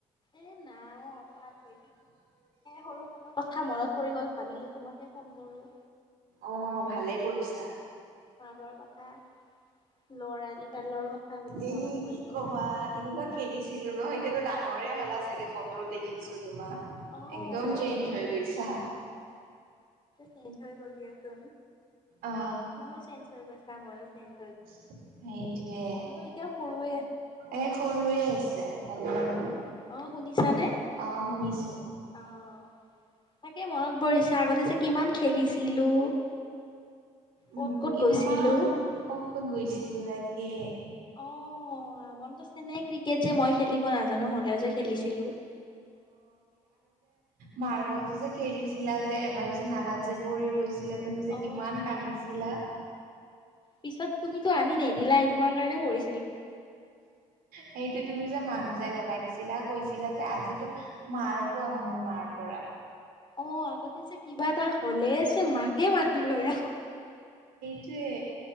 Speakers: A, on the left; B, on the right.
A: এ নাইে সৰুখনৰ কথা মনত গল ভাবিলো তোমতে ফোন কৰো।
B: অ ভালে কৰিছা।
A: ৰ কথা ল'ৰালি কালৰ কথা বোলো
B: এ
A: মনত পৰি
B: কি
A: গ'ল।
B: কবা কেনেকুৱা খেলিছিলো ন। এতিয়াতো ডাঙৰে হ'লা চাগে ফটোত দেখিছো তোমাক
A: অ
B: একদম
A: এতিয়াতো
B: চেইঞ্জ হৈ গৈছা।
A: চঞ গ আছো
B: অ
A: তুমিও চেঞ্জ হৈ গৈছা ময়ো চেঞজ।
B: সেইটোৱে
A: এতিয়া সৰুৱে আছে।
B: এ সৰুৱে হেল্ল'
A: অ
B: হেল্ল'
A: অ শুনিছানে?
B: অ শুনিছোঁ।
A: অ তাকে মনত পৰিছে আগতে যে কিমান খেলিছিলো
B: উম
A: ক'ত ক'ত
B: কিমান
A: গৈছিলো
B: ক'ত ক'ত গৈছিলো তাকে,
A: অ আমন্ত চেনোই ক্ৰিকেট যে মই খেলিব নাজানো হ'লেও যে খেলিছিলোঁ।
B: মাৰ্বল তু যে খেলিছে লা যে এবাৰ যে নালাত যে পৰি গৈছিলা তুমি যে
A: অ
B: কিমান কান্দিছিলা।
A: পিছত তুমি তো আনি নেদিলাই তোমাৰ কাৰণে পৰি
B: সেইটো তুমি যে মাক জাই লগাই দিছিলা কৈছিলা যে আজি তোক মাৰ খুৱাম মোৰ মাৰ পৰা
A: অ আগতে যে কিবা এটা হলে যে মাকে মাতি লয় আৰু
B: টোৱে